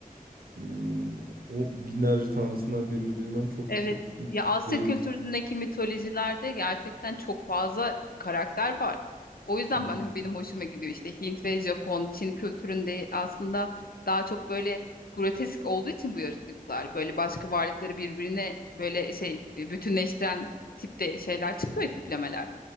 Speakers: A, on the right (about 80°); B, on the left (about 80°).
A: mm, o binlerce tanrısından birini bilmem çok
B: Evet.
A: çok
B: Ya Asya
A: değil.
B: kültüründeki mitolojilerde gerçekten çok fazla karakter var. O yüzden
A: Mhm.
B: ben <laughs> benim hoşuma gidiyor işte Hint ve Japon, Çin kültüründe aslında daha çok böyle grotesk olduğu için bu yaratıklar böyle başka varlıkları birbirine böyle şey e, bütünleştiren tipte şeyler çıkıyor ya, tiplemeler.